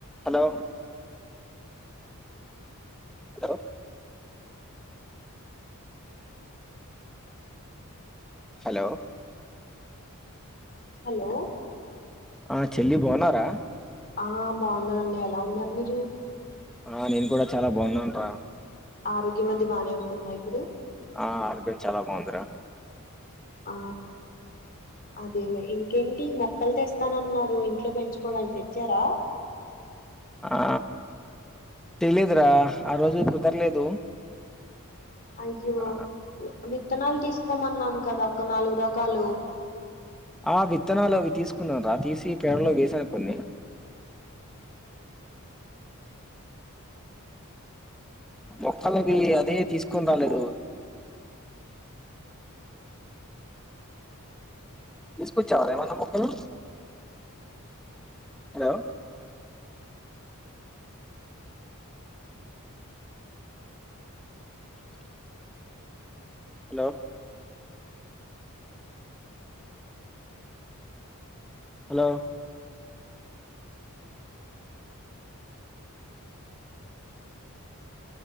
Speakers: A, in the centre; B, on the left.
A: hello hello hello
B: hello
A: ఆ చెల్లి బాగునారా
B: ఆ బాగున్నాన్నయ్య ఎలా ఉన్నారు మీరు
A: ఆ నేను కూడా చాలా బాగున్నాను రా
B: ఆరోగ్యం అయితే బాగానే ఉంటుందా ఇప్పుడు
A: ఆ ఆరోగ్యం చాలా బాగుందిరా
B: ఆ అదేలే ఇంకేంటి మొక్కలు తెస్తానన్నారు ఇంట్లో పెంచుకోవడానికి తెచ్చారా
A: ఆ తేలేదురా ఆ రోజు కుదరలేదు
B: అయ్యో
A: ఆ
B: విత్తనాలు తీసుకోమన్నాను కదా ఒక నాలుగు రకాలు
A: ఆ విత్తనాలు అవి తీసుకున్నా రా తీసి పేడలో వేసాను కొన్ని
B: అ
A: మోక్కళకి అదే తీసుకునీ రాలేదు తీసుకోచవారా ఏవైనా మొక్కలు hello hello hello